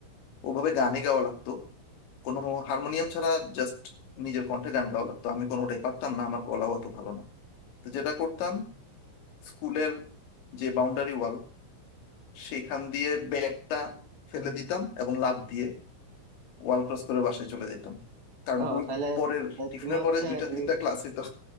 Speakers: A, on the left; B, on the right.
A: ওভাবে গানই গাওয়া লাগতো কোনো হারমোনিয়াম ছাড়া জাস্ট নিজের কণ্ঠে গান গাওয়া লাগতো আমি কোনোটাই পারতাম না আমার গলাও অত ভালো না তো যেটা করতাম স্কুলের যে বাউন্ডারি ওয়াল সেইখান দিয়ে ব্যাগটা ফেলে দিতাম এবং লাফ দিয়ে ওয়াল ক্রস করে বাসায় চলে যেতাম কারণ
B: ও
A: ওই
B: তাহলে
A: পরের
B: আহ,
A: টিফিনের
B: তুমি হচ্ছে
A: পরে দুইটা
B: ওই
A: তিনটা ক্লাস হইতো